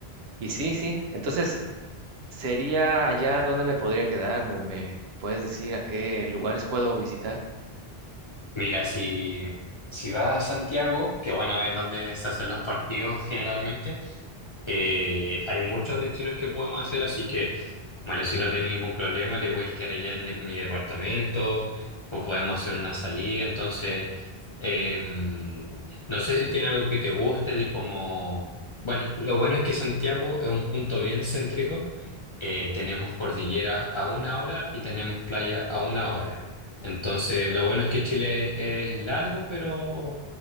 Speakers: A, on the right (about 80°); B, on the left (about 45°).
A: Y sí, sí, entonces sería allá donde me podría quedar, me, me puedes decir a qué lugares puedo visitar.
B: mira, si, si vas a Santiago, que bueno, es donde se hacen los partidos generalmente, Eh, hay muchos destinos que podemos hacer, así que, bueno, si no tienen ningún problema, te voy quedar allá en mi departamento o podemos hacer una salida. Entonces, eh, no sé si tiene algo que te guste, de como... Bueno, lo bueno es que Santiago es un punto bien céntrico. Eh, tenemos cordilleras a una hora y tenemos playa a una hora. Entonces, lo bueno es que Chile es largo, pero